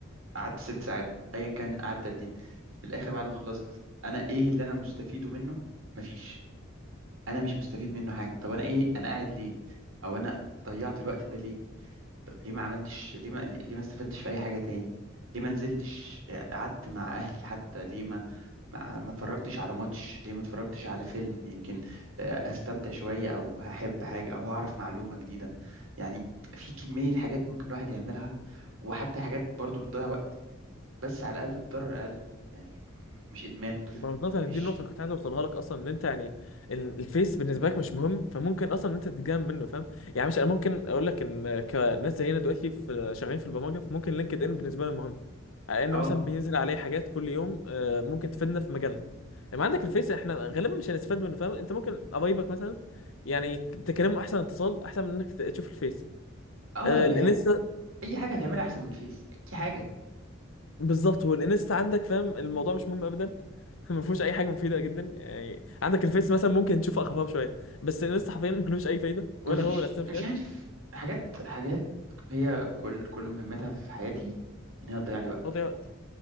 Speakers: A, on the right; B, on the left.
A: قعدت ست ساعات أيا كان قعدت قد إيه في الآخر بعد ما خلصت أنا إيه اللي أنا مستفيده منه مفيش أنا مش مستفيد منه حاجة طب أنا إيه أنا قاعد ليه أو أنا ضيعت الوقت ده ليه طب ليه ما عملتش ليه ما ليه ما استفدتش في اي حاجه تاني ليه ما نزلتش آه، قعدت مع اهلي حتى ليه ما ما ما اتفرجتش على ماتش ليه ما اتفرجتش على فيلم يمكن آه، هستمتع شويه او هحب حاجه او هعرف معلومه جديده يعني في كميه حاجات ممكن الواحد يعملها وحتى حاجات برضو بتضيع وقت بس على الاقل بضرر اقل يعني مش ادمان
B: بالظبط يعني
A: مش
B: دي النقطة اللي كنت عايز اوصلها لك اصلا ان انت يعني ال- الفيس بالنسبة لك مش مهم فممكن اصلا ان انت تتجنب منه فاهم يعني مش انا ممكن اقول لك ان كناس زينا دلوقتي في شغالين في البرمجة فممكن لينكد ان بالنسبة لنا مهم على ان
A: اه
B: مثلا بينزل عليه حاجات كل يوم آه، ممكن تفيدنا في مجالنا لما عندك الفيس احنا غالبا مش هنستفاد منه فاهم انت ممكن قرايبك مثلا يعني تكلمه احسن اتصال احسن من انك تشوف الفيس
A: اه
B: آه، الانستا
A: يعني اي حاجه هتعملها احسن من الفيس اي حاجه
B: بالظبط هو الانستا عندك فاهم الموضوع مش مهم ابدا <laughs> ما فيهوش اي حاجه مفيده جدا يعني عندك الفيس مثلا ممكن تشوفه اخبار شويه بس الانستا حرفيا <laughs> ملوش اي فايده ولا
A: مفيش
B: هو ولا سناب شات
A: مش عارف حاجات حاجات هي كل كل مهمتها في حياتي ان هي تضيع لي وقت
B: تضيع وقت